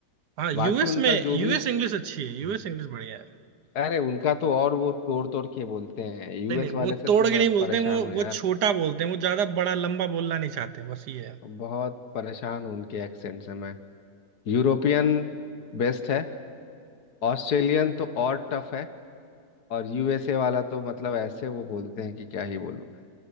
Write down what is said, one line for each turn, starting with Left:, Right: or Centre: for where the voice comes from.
Right: हाँ यूएस
Left: बाकी उनका
Right: में
Left: जो
Right: यूएस
Left: भी
Right: इंग्लिश अच्छी है यूएस
Left: हाँ
Right: इंग्लिश बढ़िया है
Left: अरे उनका तो और वो तोड़ तोड़ के बोलते हैं यूएस
Right: नहीं नहीं
Left: वाले
Right: वो
Left: से
Right: तोड़
Left: तो मैं
Right: के नहीं बोलते
Left: परेशान
Right: हैं वो
Left: हूँ
Right: वो
Left: यार
Right: छोटा बोलते हैं वो ज्यादा बड़ा लंबा बोलना नहीं चाहते बस ये है
Left: बहुत परेशान हूँ उनके एक्सेंट से मैं यूरोपियन बेस्ट है ऑस्ट्रेलियन तो और टफ है और यूएसए वाला तो मतलब ऐसे वो बोलते हैं कि क्या ही बोलूं मैं